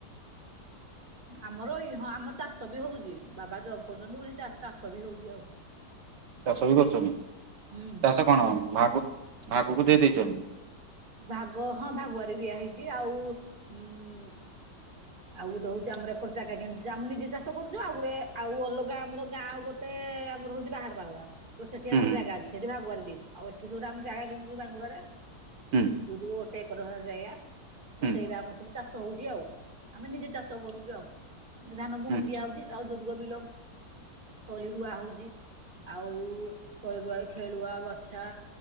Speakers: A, on the right; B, on the right.
A: ଆମର ଏଇ ହଁ ଆମର ଚାଷ ବି ହଉଛି, ବାବା ଜବ୍ କରୁଛନ୍ତି ବୋଲି ଚାଷ ବି ହଉଛି ଆଉ।
B: ଚାଷ ବି କରୁଛନ୍ତି,
A: ହୁଁ
B: ଚାଷ କଣ ଭା ଭାଗ କୁ ଦେଇ ଦେଇେଇଛନ୍ତି।
A: ଭାଗ ହଁ ଭାଗଆାରୀ ଦିଆ ହେଇଛି, ଆଉ ମ ଆଉ ଗୋଟେ ହଉଛି ଆମର ଏକର ଜାଗା କିଣୁ ଆମେ ନିଜେ ଚାଷ କରୁଛୁ, ଆଉ ଗୋଟେ ଆଉ ଅଲଗା ଆମର ଗାଁ ଗୋଟେ ଆମର ରହୁଛି ବାହା ପାଳଦ ତ ସେଠି
B: ହୁଁ
A: ଆମର ଜାଗା ଅଛି, ସେଠି ଭାଗୁଆାର ଦେଇଛିୁ ଆଉ ଏଠି ଯୋଉଟା ଆମ ଜାଗା କିଣିଛୁ ବାଙ୍ଗୁରରେ
B: ହୁଁ
A: ଦୁଦିକୁ ଗୋଟେ ଏକର ଭଳି ଜାଗା ତ
B: ହୁଁ
A: ସେଇଟା ଆମର ସବୁ ଚାଷ ହଉଛି ଆଉ। ଆମେ ନିଜେ ଚାଷ କରୁଛୁ, ଆଉ ଧାନ ପୁଣି
B: ହୁଁ
A: ଦିଆହଉଛି ଆଉ ଯୌଦଗ ବିଲ। ତଳି ରୁଆ ହଉଛି। ଆଉ ତଳି ରୁଆ ଖେଳୁଆ ବଛା